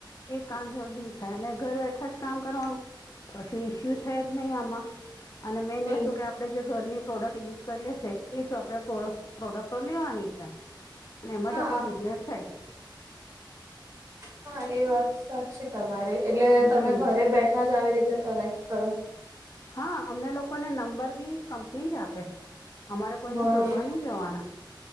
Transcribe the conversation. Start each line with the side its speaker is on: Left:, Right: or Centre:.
Left: એ કામ જલ્દી થાય અને ઘર બેઠા જ કામ કરવાનું પછી ઈસ્યુ થયા જ નહી આમાં અને મેન
Right: એટલે
Left: વસ્તુ કે આપણે જે ઘરની પ્રોડક્ટ યુઝ કરીએ છીએ એ જો આપણે પ્રોડક્ટો લેવાની છે. અને એમાં
Right: હા
Left: જ આપણો બિઝનેસ થાય
Right: હા એ વાત સાચી. તમારી એટલે તમે
Left: હમ
Right: ઘરે બેઠા જ આવી રીતે કનેક્ટ કરો.
Left: હા અમને લોકોને નંબર બી કંપની જ આપે અમારે કોઈને
Right: બરોબર
Left: શોધવા નહી જવાના.